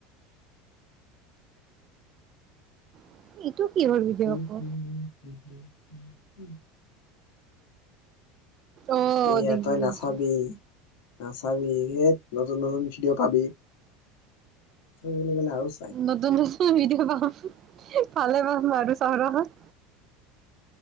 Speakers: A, on the right (about 45°); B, on the left (about 75°).
A: <unintelligible> ভিডিঅ'
B: <inaudible> উ
A: আকৌ
B: উম।
A: আহ
B: এইয়া
A: দেখিছো
B: তই
A: দেখিছো।
B: নাচাবি নাচাবি নতুন নতুন ভিডিঅ' পাবি। বুলি ক'লে আৰু চাই
A: নতুন বছ ভিডিঅ পাম ভালে পাম আৰু চাও নহয়।